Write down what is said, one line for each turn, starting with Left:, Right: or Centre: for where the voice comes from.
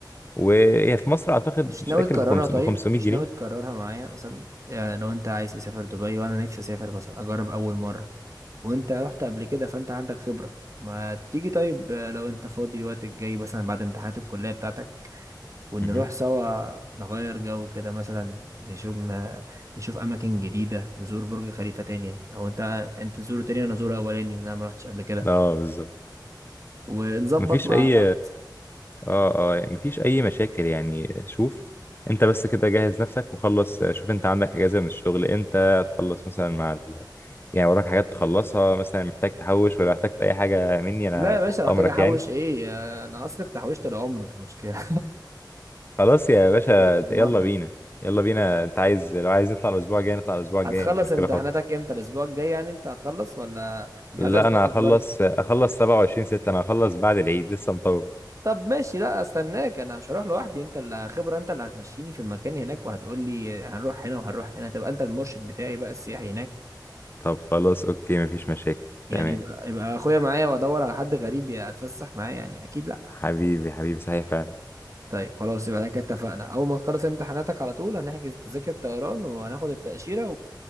Left: وهي في مصر اعتقد
Right: مش
Left: مش
Right: ناوي
Left: فاكر
Right: تكررها
Left: ب
Right: طيب
Left: 500
Right: مش
Left: جنيه
Right: ناوي تكررها معايا مثلا يعني لو انت عايز تسافر دبي وانا نفسي اسافر مثلا اجرب اول مره وانت رحت قبل كده فانت عندك خبره ما تيجي طيب آه، لو انت فاضي الوقت الجاي مثلا بعد امتحانات الكليه بتاعتك ونروح
Left: مهم.
Right: سوا نغير جو كده مثلا نشوف ما نشوف اماكن جديده نزور برج خليفه تاني او انت انت تزوره تاني وانا ازوره اولاني لأن انا ما رحتش قبل كده
Left: اه بالظبط
Right: ونظبط
Left: مفيش
Right: مع
Left: اي
Right: بعض
Left: اه اه يعني مفيش اي مشاكل يعني شوف انت بس كده جهز نفسك وخلص شوف انت عندك اجازه من الشغل امتى تخلص مثلا مع ال... يعني وراك حاجات تخلصها مثلا محتاج تحوش ولا احتجت اي حاجه مني انا
Right: لا يا باشا
Left: تحت
Right: محتاج
Left: امرك
Right: احوش
Left: يعني
Right: ايه انا هصرف تحويشه العمر مش مشكله
Left: خلاص يا باشا
Right: <laughs> ايش كم
Left: يلا
Right: مره
Left: بينا يلا بينا انت عايز لو عايز نطلع الاسبوع الجاي نطلع الاسبوع الجاي
Right: هتخلص
Left: مش مشكله
Right: امتحاناتك
Left: خالص
Right: امتى الاسبوع الجاي يعني انت هتخلص ولا مش
Left: لا
Right: عايز ازنقك
Left: انا هخلص
Right: برضه
Left: اخلص 27 6 انا هخلص بعد العيد لسه مطول
Right: طب ماشي لا استناك انا مش هروح لوحدي انت اللي خبره انت اللي هتمشيني في المكان هناك وهتقول لي هنروح هنا وهنروح هنا تبقى انت المرشد بتاعي بقى السياحي هناك
Left: طب خلاص اوكي مفيش مشاكل تمام
Right: يعني يبقى يبقى اخويا معايا وادور على حد غريب يتفسح معايا يعني اكيد لا
Left: حبيبي حبيبي صحيح فعلا
Right: طيب خلاص يبقى احنا كده اتفقنا اول ما تخلص امتحاناتك على طول هنحجز تذاكر طيران وهناخد التأشيرة